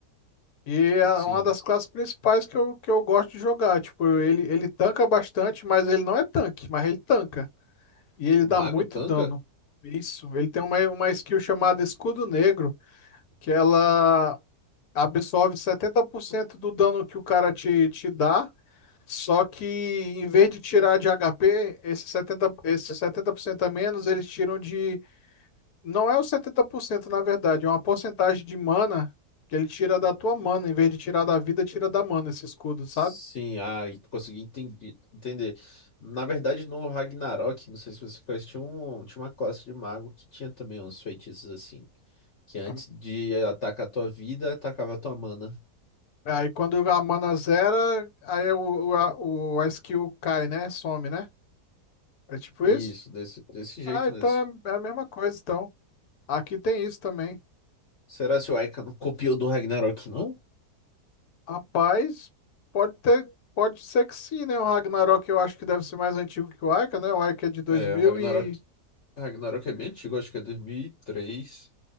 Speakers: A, on the left; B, on the left.
A: E é
B: Sim.
A: uma das classes principais que eu, que eu gosto de jogar. Tipo, ele, ele tanca bastante, mas ele não é tanque, mas ele tanca. E ele
B: O
A: dá
B: mago
A: muito
B: tanca?
A: dano. Isso. Ele tem uma, uma skill chamada Escudo Negro, que ela absorve 70% do dano que o cara te, te dá. Só que em vez de tirar de HP, esse 70, esse 70% a menos, eles tiram de. Não é o 70% na verdade, é uma porcentagem de mana que ele tira da tua mana. Em vez de tirar da vida, tira da mana esse escudo, sabe?
B: Sim, ah, e consegui entendi- entender. Na verdade, no Ragnarok, não sei se você conhece, tinha, um, tinha uma classe de mago que tinha também uns feitiços assim, que antes
A: A-
B: de atacar a tua vida, atacava a tua mana.
A: Aí quando a mana zera, aí o, o, a, o- a skill cai, né? Some, né? É tipo
B: Isso,
A: isso?
B: desse, desse jeito
A: Ah, então
B: mesmo.
A: é é a mesma coisa, então. Aqui tem isso também.
B: Será que o Aika não copiou do Ragnarok, não?
A: Rapaz, pode ter, pode ser que sim, né? O Ragnarok eu acho que deve ser mais antigo que o Aika, né? O Aika é de dois
B: É,
A: mil
B: o Ragnarok.
A: e
B: Ragnarok é bem antigo, acho que é dois mil e três,